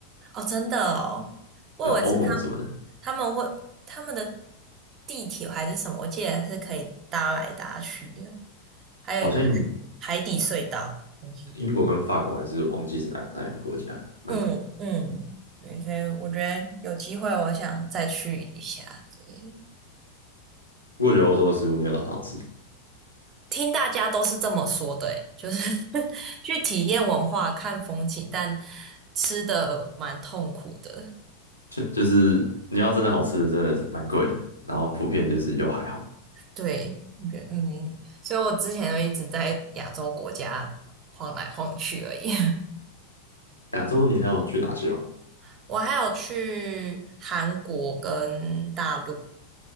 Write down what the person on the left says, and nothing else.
对吧？欧盟什么的，
好像
英国跟法国还是忘记是哪哪两个国家，蛮，
不过我觉得欧洲的食物没有到很好吃，
就就是你要真的好吃的，真的是蛮贵的，然后普遍就是又还好。
亚洲你还有去哪些吗？